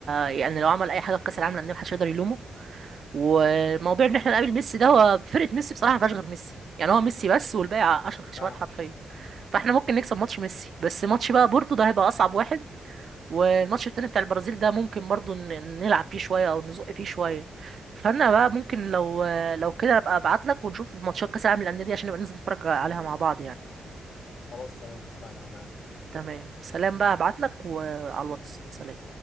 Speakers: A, on the right; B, on the left.
A: يعني لو عمل اي حاجه في كاس العالم للانديه محدش يقدر يلومه وموضوع ان احنا نقابل ميسي ده هو فرقه ميسي بصراحه ما فيهاش غير ميسي يعني هو ميسي بس والباقي عشر خشبات
B: فاهم
A: حرفيا فاحنا ممكن نكسب ماتش ميسي بس ماتش بقى بورتو ده هيبقى اصعب واحد والماتش التاني بتاع البرازيل ده ممكن برضو ن- نلعب فيه شوية او نزق فيه شوية فانا بقى ممكن لو لو كده ابقى ابعت لك ونشوف ماتشات كاس العالم للانديه دي عشان نبقى ننزل نتفرج عليها مع بعض يعني
B: خلاص تمام اتفقنا انا معاك
A: تمام سلام بقى هبعت لك وعلى الواتس سلام